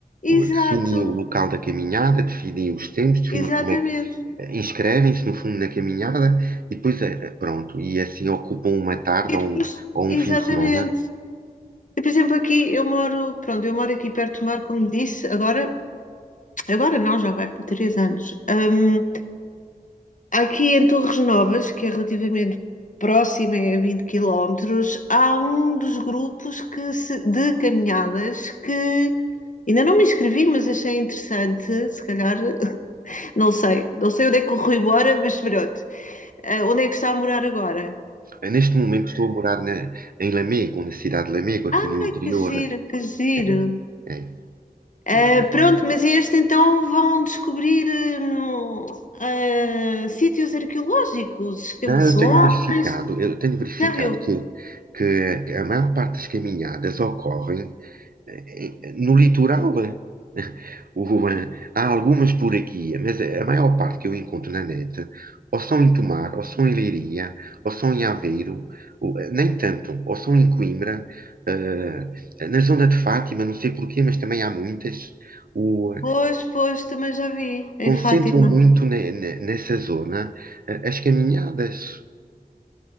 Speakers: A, on the left (about 55°); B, on the right (about 70°).
A: Exato,
B: definem o local da caminhada, definem os tempos, definem
A: exatamente.
B: como é que inscrevem-se no fundo na caminhada e depois eh, pronto, e assim ocupam uma tarde
A: E
B: ou
A: depois,
B: um, ou um fim
A: exatamente.
B: de semana.
A: E, por exemplo, aqui eu moro, pronto, eu moro aqui perto do mar, como disse, agora, agora não, já vai para três anos. Hum, aqui em Torres Novas, que é relativamente próxima, é a 20 quilómetros, há um dos grupos que se- de caminhadas que ainda não me inscrevi, mas achei interessante, se calhar, <laughs> não sei, não sei onde é que corro embora, mas pronto. Ah, onde é que está a morar agora?
B: Eh, Neste momento estou a morar na, em Lamego, na cidade de Lamego, aqui
A: Ah,
B: no interior.
A: que giro, que giro.
B: É, é.
A: Ah,
B: Hum.
A: pronto, mas este então vão descobrir hum, ah, sítios arqueológicos, escavações.
B: Não, eu tenho verificado, eu tenho verificado
A: Já viu?
B: que, que a maior parte das caminhadas ocorrem em- no litoral, eh, <laughs> o- há algumas por aqui, mas é, a maior parte que eu encontro na net ou são em Tomar, ou são em Leiria, ou são em Aveiro, ou- nem tanto, ou são em Coimbra, eh, na zona de Fátima, não sei porquê, mas também há muitas. O,
A: Pois, pois, também já vi
B: concentram
A: em Fátima.
B: muito ne- ne- nessa zona, eh, as caminhadas.